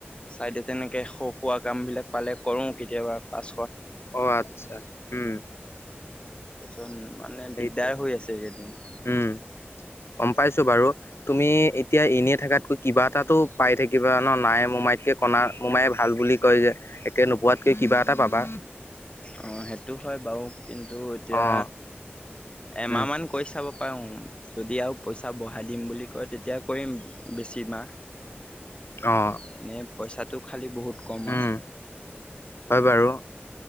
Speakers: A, on the left; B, on the left.
A: চাইডে তেনেকে স খোৱা কাম বিলাক পালে কৰো কেতিয়াবা পাচ
B: অ আচ্ছা উম
A: তাৰপিছত মানে
B: সেইটোৱে
A: দিগদাৰ হৈ আছে কেইদিন
B: উম, গম পাইছো বাৰু তুমি এতিয়া এনেই থকাতকৈ কিবা এটাাতটো পাই থাকিবা ন নাই মোমাইতকে কণা মোমাই ভাল বুলি কয় যে একে নোপোৱাতকৈ কিবা এটা পাবা
A: সেইটো হয় বাৰু কিন্তু এতিয়া
B: অ',
A: এমাহ
B: উম,
A: মান কৈ চাব পাও যদি আৰু পইচা বঢ়াই দিম বুলি কয় তেতিয়া কৰিম বেছি মাহ
B: অ',
A: এনেই পইচাটো খালি বহুত কম
B: উম,
A: আৰু
B: হয় বাৰু